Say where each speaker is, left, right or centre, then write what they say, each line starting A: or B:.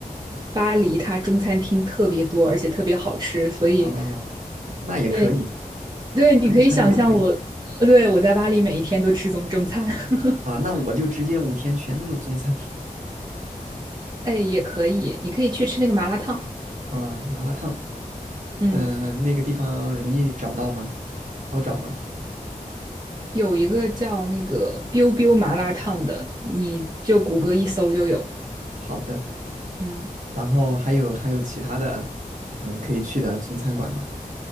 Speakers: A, on the right (about 30°); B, on the right (about 55°).
A: 巴黎它中餐厅特别多，而且特别好吃，所以
B: 啊，那也可以，
A: 对。对，你可以想象我，
B: 中餐也可以
A: 呃对，我在巴黎每一天都吃中中餐，<laughs>
B: 啊。那我就直接五天全都是中餐
A: 哎，也可以，你可以去吃那个麻辣烫，
B: 啊，麻辣烫。
A: 嗯，
B: 嗯、呃那个地方容易找到吗？好找吗？
A: 有一个叫那个 biu biu 麻辣烫的，你就谷歌一搜就有，
B: 好的。
A: 嗯，
B: 然后还有还有其他的，嗯，可以去的中餐馆嘛，